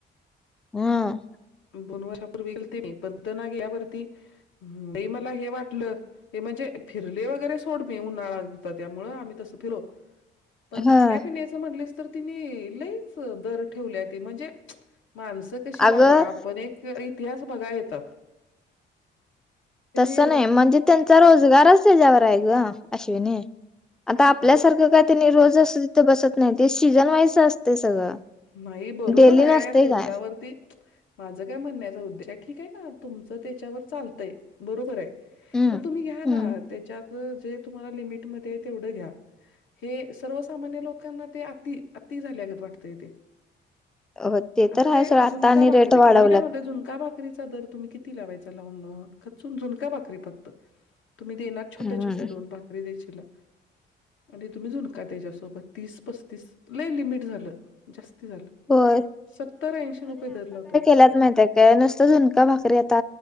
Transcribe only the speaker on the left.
दोन वर्षापूर्वी गेलते मी, पण तेना गेल्यावरती लै मला हे वाटलं. ते म्हणजे फिरले वगैरे सोड, मी उन्हाळा होता त्यामुळं आम्ही तसं फिर पण
खाण्यापिण्याच तिथं म्हटलीस तर तेनी, लैच दर ठेवल्याती म्हणजे माणसं कशी बाबा.
आपण एक इतिहास बघाय येतं.
एवढा
हो
नाही बरोबर
हाय
त्येच्यावरती
माझं काय म्हणण्याचा उद्देश ठीक आहे ना, तुमचं त्याच्यावर चालतंय बरोबर हाय
पण तुम्ही घ्या ना
त्येच्यात जे तुम्हाला लिमिटमध्ये हे तेवढ घ्या हे सर्वसामान्य लोकांना ते अति, अति झाल्यागत वाटतंय तेे
आता ते
झुणका
भाकरी,
मी काय म्हणतोय झुणका भाक रीचा दर तुम्ही किती लावायचा लावून लावून झुणका भाकरी फक्त तुम्ही देना छोट्या,
छोट्या दोन भाकरी देशीला आणि तुम्ही झुणका तुज्यासोबत तीस, पस्तीस लई लिमिट झालं जास्ती झालं,
सत्तर ऐंशी रुपये दर लावतात